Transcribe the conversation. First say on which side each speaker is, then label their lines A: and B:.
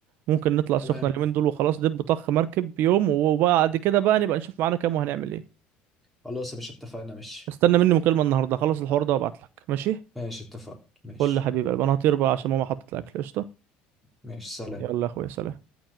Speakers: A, on the right (about 60°); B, in the centre.
A: ممكن نطلع السخنة
B: تمام
A: اليومين دول وخلاص دب طخ مركب يوم وبعد كده بقى نبقى نشوف معانا كام وهنعمل ايه
B: خلاص يا باشا اتفقنا ماشي
A: استنى مني مكالمة النهاردة خلص الحوار ده وابعتلك ماشي
B: ماشي اتفقنا ماشي
A: قول لي يا حبيبي انا هطير بقى عشان ماما حطت الاكل قشطة
B: ماشي سلام
A: يلا يا اخويا سلام